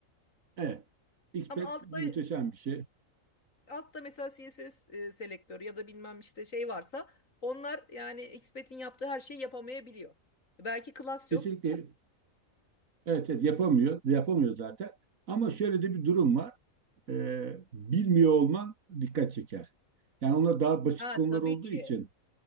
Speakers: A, on the right; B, on the left.
A: Evet. Expert
B: Ama altta
A: muhteşem bir şey.
B: altta mesela CSS e, selektörü ya da bilmem işte şey varsa onlar yani XBET'in yaptığı her şeyi yapamayabiliyor. Belki class
A: Kesinlikle
B: yok.
A: evet, evet yapamıyor. Yapamıyor zaten. Ama şöyle de bir durum var. e, bilmiyor olman dikkat çeker. Yani onlar daha basit
B: Ha
A: konular
B: tabii
A: olduğu
B: ki.
A: için